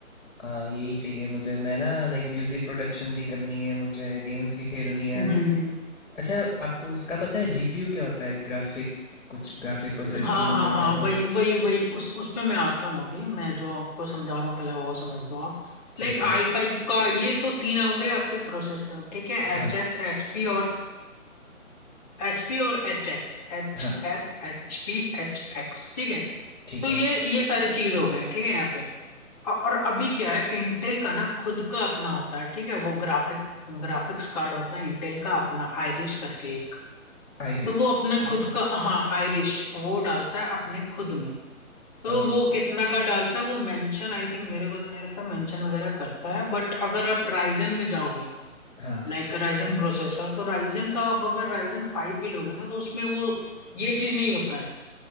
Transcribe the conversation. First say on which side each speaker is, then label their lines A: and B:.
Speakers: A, on the left; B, on the left.
A: आ, यही चाहिए मुझे मैं ना लाइक म्यूज़िक प्रोडक्शन भी करनी है मुझे गेम्स भी खेलनी है
B: हम्म
A: अच्छा आपको उसका पता है जीपीयू क्या होता है ग्राफिक कुछ ग्राफिक प्रोसेसिंग
B: हाँ
A: यूनिट
B: हाँ हाँ
A: ऐसा
B: वही
A: कुछ
B: वही वही उस उस पे मैं आता हूँ अभी मैं जो आपको समझा रहा हूँ पहले वो समझ लो आप
A: ठीक
B: लाइक
A: है
B: आई फाइव का ये तो तीन हो गए आपके प्रोसेसर ठीक है
A: हाँ
B: एच एक्स एच पी और एच पी और H X H
A: हाँ
B: S H P H X ठीक है
A: ठीक
B: तो
A: है
B: ये ये सारी चीज हो गए ठीक है यहाँ पे अ- और अभी क्या है इंटेल का ना खुद का अपना होता है ठीक है वो ग्राफिक ग्राफिक्स कार्ड होता है इंटेल का अपना आयरिश करके एक
A: आइरिस
B: तो वो अपना
A: ठीक
B: खुद
A: है
B: का हाँ आयरिश वो डालता है अपने खुद में तो
A: ओ
B: वो कितना का डालता है वो मेंशन आई थिंक मेरे को तो नहीं लगता मेंशन वगैरह करता है बट अगर आप राइजन में जाओगे
A: हाँ
B: लाइक राइजन प्रोसेसर तो राइजन का आप अगर राइजन फाइव भी लोगे ना तो उसमें वो ये चीज नहीं होता है